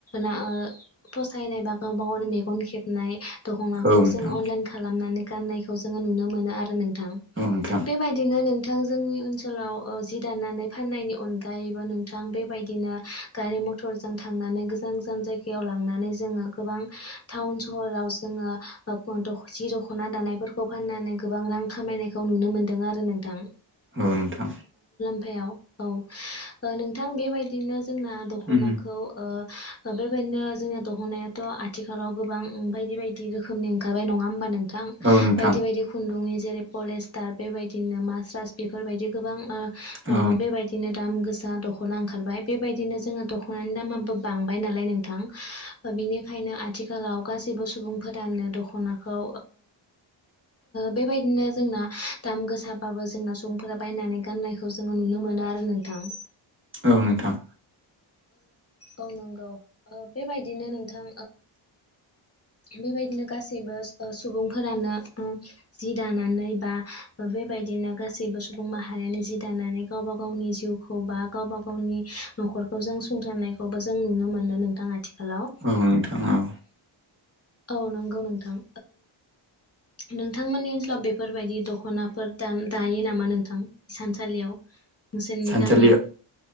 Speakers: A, on the left; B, on the right.
A: ना ओ फसायनाय बा गावबा गावनि मेगन खेबनाय दखनाखौ
B: औ नोंथां
A: जों अनलाइन खालामनानै गाननायखो खौ जोंङो नुनो मोनो आरो नोंथां
B: औ नोंथां
A: बेबायदिनो नोंथां जोंनि ओनसोलाव ओ जि दानानै फाननायनि अनगायैबो नोंथां बेबायदिनो गारि मथरजों थांनानै गोजा गोजान जायगायाव लांनानै जोंङो गोबां टाउन सहराव जोंङो ओ जि दखन दखना दानायफोरखौ फाननानै गोबां रां खामायनायखौ नुनो मोनदों आरो नोंथां
B: औ नोंथां
A: मुलामफायाव औ नोंथां बेबायदिनो जोंना दखनाखौ
B: उम
A: ओ बेबायदिनो जोंनिया दखनायाथ आथिखालाव गोबां बायदि बायदि रोखोमनि ओंखारबाय नङा होमबा नोंथां
B: औ नोंथां
A: बायदि बायदि खुन्दुंनि जेरै पलेस्टार बेबायदिनो मास्राइस बेफोरबायदि गोबां।
B: औ
A: बेबायदिनो दाम गोसा दखना ओंखारबाय बेबायदिनो जोंङो दखना। दखनानि दामाबो बांबाय नालाय नोंथां। बिनिखायनो आथिखालाव गासैबो सुबुंफोरानो दखनाखौ। बेबायदिनो जोंना दाम गोसाबाबो जोंना सुबुंफोरा बायनानै गाननायखौ जोंङो नुनो मोनो। मोनो आरो नोंथां।
B: औ नोंथां।
A: औ नंगौ बेबायदिनो नोंथां। बेबायदिनो गासैबो सुबुंफोरानो। जि दानानै बा बेबायदिनो गासैबो सुबुं माहारियानो जि दानानै गावबा गाव। गावनि जिउखौ बा गावबा गावनि नखरखौ जों सुंथारनायखौबो जों नुनो मोनो नोंथां। आथिखालाव
B: औ नोंथां औ।
A: औ नंगौ नोंथां। नोंथांमोननि ओनसोलाव बेफोरबायदि दखनाफोर दायो नामा नोंथां इसानसालियाव। नोंसोरनि
B: इसानसालि
A: गामियाव